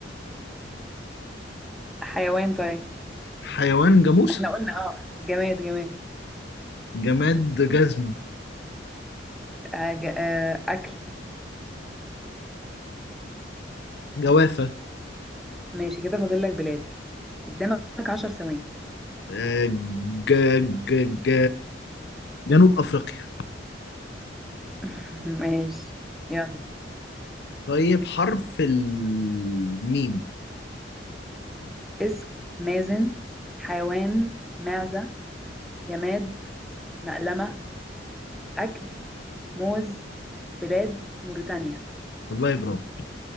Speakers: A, in the centre; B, on the left.
A: حيوان طيب
B: حيوان جاموسة
A: احنا قلنا اه جماد جماد
B: جماد جزمة
A: آه ج... آه اكل
B: جوافة
A: ماشي كده فاضل لك بلاد قدامك عشر ثواني
B: آه، ج... ج... ج... جنوب أفريقيا
A: <laughs> ماشي يلا
B: طيب حرف الميم
A: اسم مازن حيوان معزة جماد مقلمة اكل موز بلاد موريتانيا
B: والله برافو